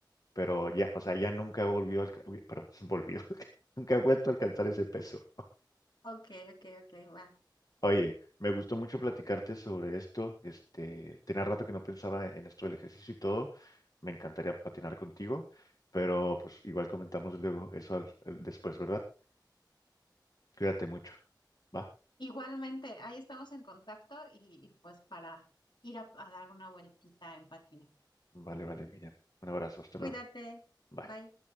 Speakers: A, on the left (about 50°); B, on the left (about 75°).
A: pero ya, o sea, ya nunca volvió, al, pero <laughs> volvió, <laughs> nunca ha vuelto a alcanzar ese peso.
B: Ok, ok, ok, va.
A: Oye, me gustó mucho platicarte sobre esto. Este, tenía rato que no pensaba en esto del ejercicio y todo. Me encantaría patinar contigo, pero pues igual comentamos luego eso al- al- después, ¿verdad? Cuídate mucho. Va,
B: Igualmente, ahí estamos en contacto y, y pues para ir a a dar una vueltita en patines.
A: vale, vale, Miriam. Un abrazo, hasta
B: Cuídate,
A: luego. Bye.
B: bye.